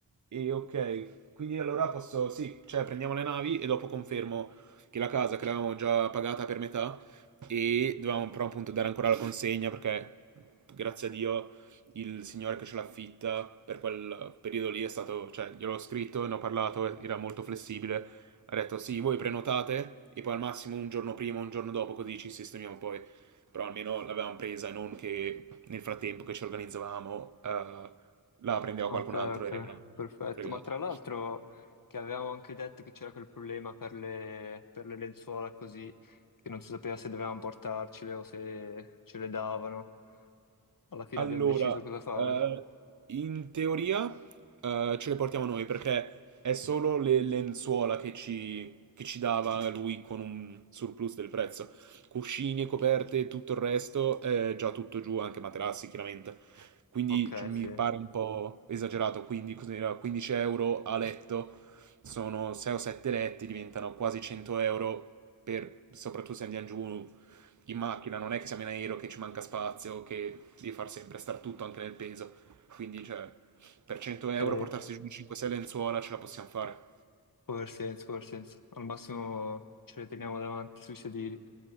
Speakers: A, on the right; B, on the left.
A: e ok, quindi allora posso, sì, cioè prendiamo le navi e dopo confermo che la casa che l'avevamo già pagata per metà e dovevamo però appunto dare ancora la consegna perché grazie a Dio il signore che ce l'affitta per quel periodo lì è stato, cioè gliel'ho scritto, ne ho parlato, e era molto flessibile, ha detto sì, voi prenotate e poi al massimo un giorno prima, un giorno dopo così ci sistemiamo poi, però almeno l'avevamo presa e non che nel frattempo che ci organizzavamo... eh, la prendeva
B: Ok,
A: qualcun
B: ok,
A: altro e rimaneva
B: perfetto.
A: fregato.
B: Ma tra l'altro che avevamo anche detto che c'era quel problema per le, per le lenzuola così, che non si sapeva se dovevamo portarcele o se ce le davano. Alla fine
A: Allora,
B: abbiamo deciso cosa fare.
A: eh, in teoria eh, ce le portiamo noi perché è solo le lenzuola che ci, che ci dava lui con un surplus del prezzo. Cuscini e coperte, tutto il resto è già tutto giù, anche materassi chiaramente. Quindi
B: Ok,
A: cioè, mi
B: sì.
A: pare un po' esagerato, quindi cos'era? 15 euro a letto sono 6 o 7 letti, diventano quasi 100 euro per, soprattutto se andiamo giù in macchina, non è che siamo in aereo che ci manca spazio, che devi far sempre star tutto anche nel peso. Quindi, cioè, per 100 euro
B: Sì,
A: portarsi giù 5-6 lenzuola ce la possiamo fare.
B: può aver senso, può aver senso. Al massimo ce le teniamo davanti sui sedili